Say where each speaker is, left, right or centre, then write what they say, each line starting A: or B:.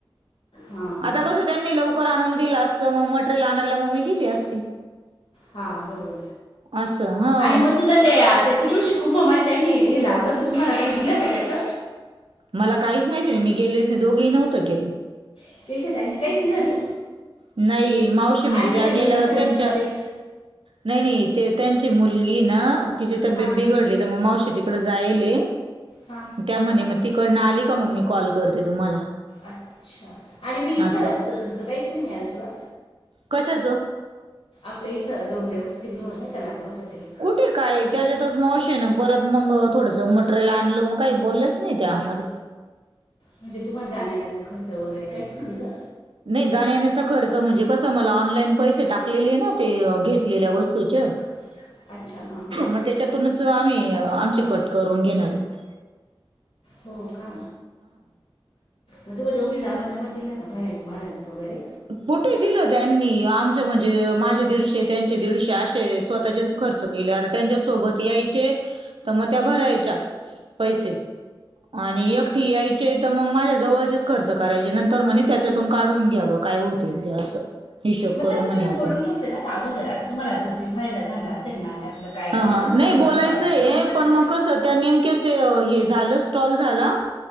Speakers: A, on the left (about 80°); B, on the right (about 70°).
A: हां
B: आता कसं त्यांनी लवकर आणून दिलं असं म म्हट मटेरियल आणायला मग मी गेली असती
A: हां बरोबर
B: असं हां.
A: आणि मग तुला त्या ते कृषी कुंभ मध्ये त्यांनी हे लावलं होतं तर तुम्हाला काही दिलं का त्याचं?
B: मला काहीच माहिती नाही, मी गेलेच नाही दोघेही नव्हंत गे.
A: <unintelligible> त्यांनी काहीच दिलं नाही.
B: नाही मावशी म्हणजे
A: आणि
B: त्या
A: या मिनी
B: गेल्या
A: सरसमध्ये
B: का त्यांच्या नाही नाही ते त्यांची मुलगीची ना तिची तब्येत
A: हां
B: बिघडली तर मग मावशी तिकडे जायले
A: हा.
B: त्या म्हणे मग तिकडनं आली मग मी कॉल करते तुम्हाला
A: अच्छा आणि मी निसार
B: असं
A: असतं तुमचं काहींच नाही मिळालं तुला.
B: कशाचं?
A: आपलं इथं डोंगरे वस्तीगृह नाही का लागलं होतं ते
B: कुठे काय त्याच्यातच मग अशे हे ना परत मंग थोडसं म्हट मट्रेल आणलं मग काही बोललेच नाही त्यामध्ये
A: म्हणजे तुम्हाला जाण्या येण्याचा खर्च वगैरे काहीच नाही दिलं.
B: नाही जाण्या येण्याचा खर्च म्हणजे कसं मला ऑनलाईन पैसे टाकलेले ना ते अह घेतलेल्या वस्तूचे
A: <unintelligible> हां हां हां
B: मग त्याच्यातूनच आम्ही आमचे कट करून घेणारेत.
A: हो का मग तुम्हा दोघी जावांना पण दिलं का भाड्या भाड्याने वगैरे
B: कुठे दिलं त्यांनी आमचं म्हणजे माझे दीडशे त्यांचे दीडशे असे स्वतःचेच खर्च केले आता त्यांच्यासोबत यायचे तर मग त्या भरायच्या पैसे. आणि एकटी यायचे तर मग माझ्या जवळचेच खर्च करायचे नंतर म्हणे त्याच्यातून काढून घ्या मग काय होतील ते असं हिशेब
A: मग
B: करू
A: तसं
B: म्हणे
A: तुम्ही
B: आपण
A: बोलून घ्यायचं ना अगोदर आता तुम्हाला जो फायदा झाला असेल ना. त्यातलं काय असेल
B: हा हां
A: तर तिघींमध्ये
B: नाही बोलायचंय
A: वाटप करून घ्यायचं
B: पण मग कसं त्या नेमक्याच ते अह हे झाला स्टॉल झाला